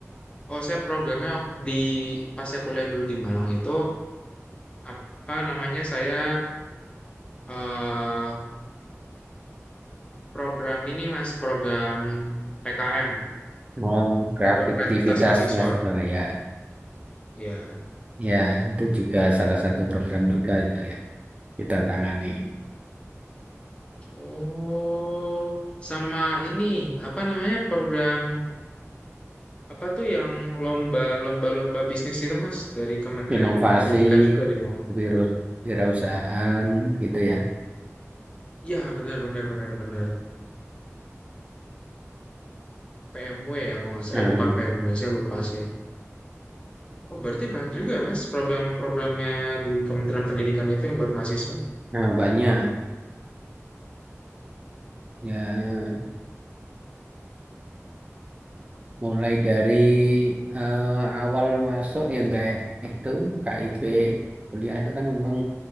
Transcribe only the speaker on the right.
Oh, kreativitas
mahasiswa ya.
Ya, itu juga salah satu program juga itu yang kita tangani.
Inovasi,
kewiru- kewirausahaan gitu ya.
Nah,
nah banyak ya mulai dari eh, awal masuk yang kayak itu KIP kuliah itu kan memang